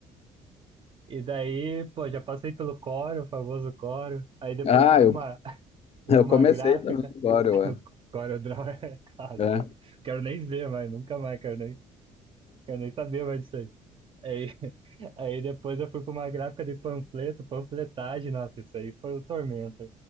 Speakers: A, on the right; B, on the left.
A: E daí, pô, já passei pelo Corel, o famoso Corel. Aí depois
B: Ah,
A: fui pra
B: eu,
A: uma, <laughs> fui
B: eu
A: pra uma
B: comecei
A: gráfica.
B: também agora,
A: <laughs>
B: ué.
A: O Corel Draw é <laughs> clássico.
B: É.
A: né? Quero nem ver mais, nunca mais, quero nem, quero nem saber mais disso aí. Aí, <laughs> aí depois eu fui para uma gráfica de panfleto, panfletagem, nossa, isso aí foi o tormento.